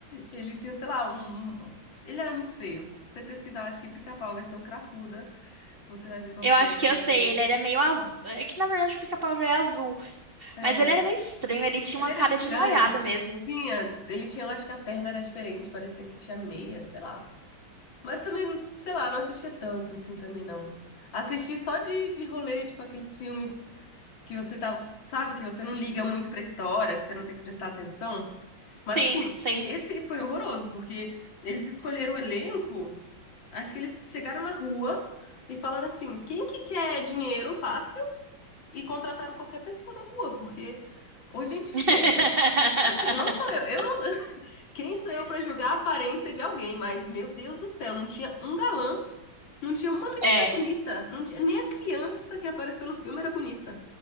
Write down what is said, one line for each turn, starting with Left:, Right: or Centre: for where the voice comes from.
Left: Ele tinha, sei lá, um, um- um, ele era muito feio. Você pesquisar, acho que pica-pau versão cracuda, você vai ver qual
Right: Eu
Left: que
Right: acho
Left: é, que
Right: que eu
Left: era
Right: sei,
Left: aquele.
Right: ele era meio azul. É que na verdade o pica-pau já é azul,
Left: É,
Right: mas ele era meio estranho, ele tinha
Left: ele
Right: uma
Left: era
Right: cara
Left: estranho.
Right: de noiado mesmo.
Left: Tinha, ele tinha, eu acho que a perna era diferente, parecia que tinha meia, sei lá. Mas também, sei lá, não assistia tanto assim também não. Assisti só de, de rolê, tipo aqueles filmes que você tá, sabe, que você não liga muito pra história, que você não tem que prestar atenção. Mas
Right: Sim,
Left: assim,
Right: sim.
Left: esse foi horroroso, porque eles escolheram o elenco, acho que eles chegaram na rua e falaram assim: "Quem que quer dinheiro fácil?" e contrataram qualquer pessoa na rua, porque ou gente
Right: <laughs>
Left: feia. Assim, não sou eu, eu não, <laughs> quem sou eu pra julgar a aparência de alguém, mas meu Deus do céu, não tinha um galã não tinha uma menina
Right: É.
Left: bonita, não tinha nem a criança que apareceu no filme era bonita.